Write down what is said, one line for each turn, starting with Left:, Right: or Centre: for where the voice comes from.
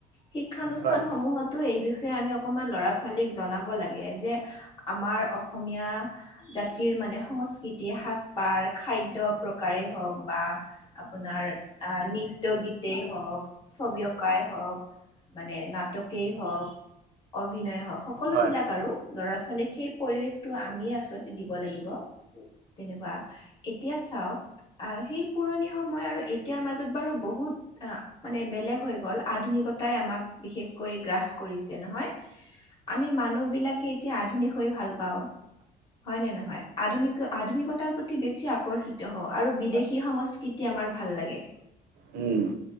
Left: শিক্ষানুষ্ঠান
Right: হয় হয়
Left: সমূহতো এই বিষয়ে আমি অকমান ল'ৰা ছোৱালীক জনাব লাগে যে- আমাৰ অসমীয়া জাতিৰ মানে সংস্কৃতি, সাজপাৰ, খাদ্ দ্য প্ৰকাৰেই হওক বা- আপোনাৰ আহ নৃত্য গীতেই হওক ছবি অঁকাই হওক। মানে নাটকেই হওক অভিনয়ে হওক সকলোবিলাক
Right: হয়
Left: আৰু। লৰা ছোৱালীক সেই পৰিৱেশটো আমি আচলতে দিব লাগিব তেনেকুৱা এতিয়া চাওক সেই পুৰণি সময় আৰু এতিয়াৰ মাজত বাৰু বহুত, আহ মানে বেলেগ হৈ গ'ল আধুনিকতাই আমাক বিশেষকৈ গ্ৰাস কৰিছে নহয়। আমি মানুহ বিলাকে এতিয়া আধুনিক হৈ ভাল পাও হয়নে ন- হয় আধুনিক আধুনিকতাৰ প্ৰতি বেছি আক ৰ্ষিত হও আৰু বিদেশী সংস্কৃতি আমাৰ ভাল লাগে
Right: উম-